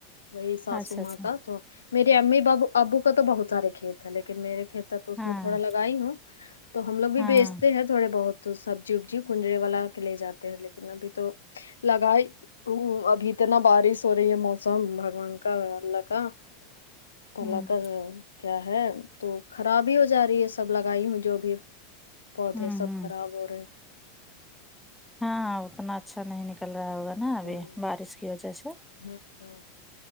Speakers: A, on the left (about 75°); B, in the centre.
A: وہی ساسو
B: اچھا اچھا
A: ماں کا تو میری امی بابو آبو کا تو بہت سارے کھیت ہیں لیکن میرے کہتا تو اس
B: ہاں
A: میں تھوڑا لگائی ہوں تو ہم لوگ بھی
B: ہاں
A: بیچتے ہیں تھوڑے بہت سبزی ابزی کنجرے والا کے لے جاتے ہیں لیکن ابھی تو لگائی ہوں ابھی اتنا بارش ہو رہی ہے موسم بگوان کا اللہ کا کو
B: ہوں
A: لا کر کیا ہے تو خراب ہی ہو جا رہی ہے سب لگائی ہوں جو بھی پودے
B: ھممم
A: سب
B: ھممم
A: خراب ہو رہے
B: ہاں اتنا اچھا نہیں نک ل رہا ہوگا نا ابھی
A: ہ
B: بارش کی وجہ سے
A: ہ